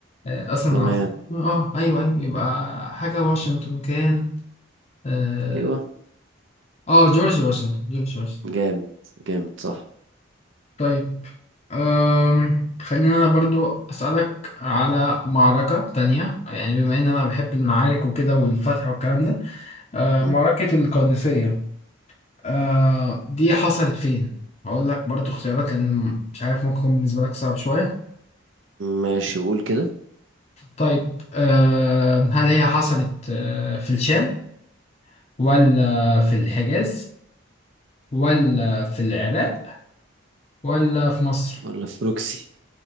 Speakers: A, on the left; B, on the right.
A: آه. أصلا
B: تمام
A: العاصمة اه أيوه أيوه يبقى حاجة واشنطن كان اه
B: أيوه
A: آه، جورج واشنطن جورج واشنطن
B: جامد جامد صح
A: طيب أم خلينا أنا برضو أسألك على معركة تانية يعني بما إن أنا بحب المعارك وكده والفتح والكلام ده أه
B: مم.
A: معركة القادسية أه دي حصلت فين؟ هقول لك برضو اختيارات لأن مش عارف ممكن يكون بالنسبة لك صعب شوية
B: ماشي قول كده
A: طيب أه هل هي حصلت أه في الشام ولا في الحجاز ولا في العراق ولا في مصر؟
B: ولا في بروكسي